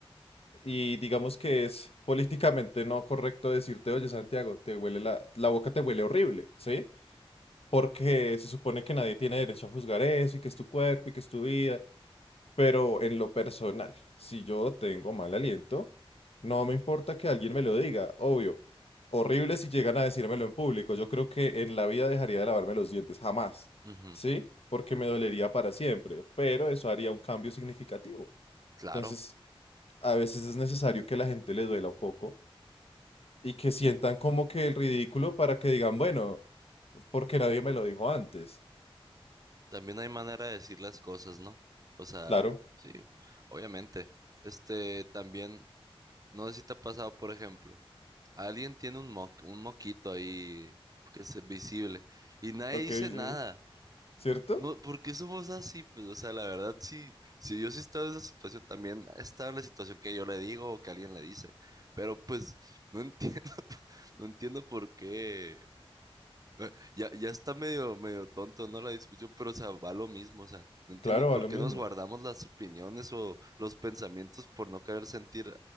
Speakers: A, on the left; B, on the right.
A: y digamos que es políticamente no correcto decirte, oye, Santiago, te huele la, la boca te huele horrible, ¿sí? Porque se supone que nadie tiene derecho a juzgar eso y que es tu cuerpo y que es tu vida. Pero en lo personal, si yo tengo mal aliento, no me importa que alguien me lo diga, obvio. Horrible si llegan a decírmelo en público. Yo creo que en la vida dejaría de lavarme los dientes, jamás.
B: Ujú,
A: ¿Sí? Porque me dolería para siempre, pero eso haría un cambio significativo.
B: Claro,
A: Entonces, a veces es necesario que la gente le duela un poco y que sientan como que el ridículo para que digan, bueno, porque nadie me lo dijo antes.
B: también hay manera de decir las cosas, ¿no? O sea,
A: Claro,
B: sí, obviamente. Este, también. No sé si te ha pasado, por ejemplo, alguien tiene un mo- un moquito ahí que es visible y nadie
A: ok,
B: dice
A: sí,
B: nada.
A: ¿cierto?
B: No, ¿por qué somos así? Pues, o sea, la verdad, sí, si yo sí he estado en esa situación, también he estado en la situación que yo le digo o que alguien le dice. Pero pues no entiendo, <laughs> no entiendo por qué. Eh, Ya, ya está medio, medio tonto, ¿no? La discusión, pero o sea, va lo mismo. O sea, no entiendo
A: Claro,
B: por
A: a lo
B: qué
A: mismo.
B: nos guardamos las opiniones o los pensamientos por no querer sentir,